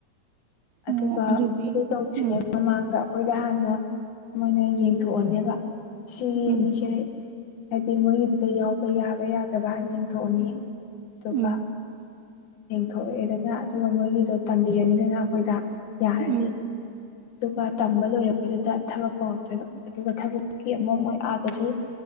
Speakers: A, on the left; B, on the right.
A: ꯑꯗꯨꯒ
B: ꯑꯣ ꯑꯗꯨꯗꯤ
A: ꯑꯗꯨ ꯇꯧꯗ꯭ꯔꯤꯉꯩ
B: ꯎꯝ
A: ꯃꯃꯥꯡꯗ ꯑꯩꯈꯣꯏꯗ ꯍꯥꯟꯅ ꯃꯣꯏꯅ ꯌꯦꯡꯊꯣꯛꯑꯅꯦꯕ ꯁꯤꯒꯤ
B: ꯎꯝ
A: ꯃꯤꯁꯦ ꯍꯥꯏꯗꯤ ꯃꯣꯏꯒꯤꯗꯨꯗ ꯌꯥꯎꯕ ꯌꯥꯕ ꯌꯥꯗ꯭ꯔꯕ ꯍꯥꯏꯅ ꯌꯦꯊꯣꯛꯑꯅꯤ ꯆꯄ
B: ꯎꯝ
A: ꯌꯦꯡꯊꯣꯛꯑꯦꯗꯅ ꯑꯗꯨꯒ ꯃꯣꯏꯒꯤꯗꯣ ꯇꯝꯕꯤꯔꯅꯤꯗꯅ ꯑꯩꯈꯣꯏꯗ ꯌꯥꯔꯗꯤ
B: ꯎꯝ
A: ꯑꯗꯨꯒ ꯇꯝꯕ ꯂꯣꯏꯔꯛꯄꯩꯗꯨꯗ ꯊꯕꯛ ꯀꯧꯔꯛꯇꯣꯏꯕ ꯑꯗꯨꯒ ꯊꯕꯛꯀꯤ ꯑꯃꯨꯛ ꯃꯣꯏ ꯑꯗꯒꯤ